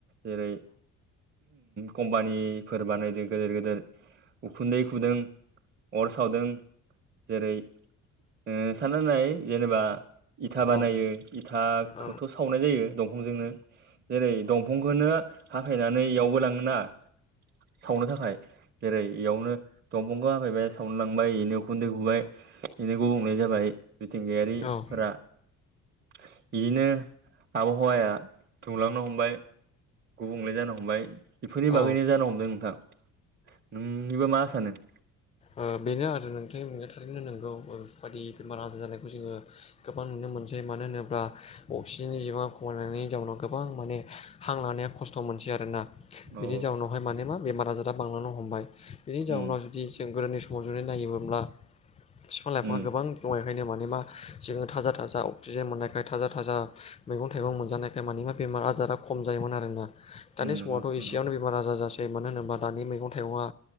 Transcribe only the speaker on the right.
जेरै कम्पानिफोर बानायदो गोदोर गोदोर उखुन्दै खुदों अर सावदों जेरै ओ सानना नाय जेनेबा इथा बानायो
इथाखौथ'
सावनाय जायो फंजोंनो जेरै दंफंखौनो हाफायनानै इयावबो लाङोना सावनो थाखाय जेरै इयावनो दंफंखो हाफायबाय सावनो लांबाय इनो उखुन्दै गुबाय इनो गुबुंले जाबाय मिथिंगायारि
फोरा इदिनो हवाया दुंलांनो हमबाय गुबुंले जानो हमबाय बेफोरनि
बागैनो जानो हमदों नोंथां नोंनिबा मा सानो?
औ
उम
उम
उम नंगौ
नोंथां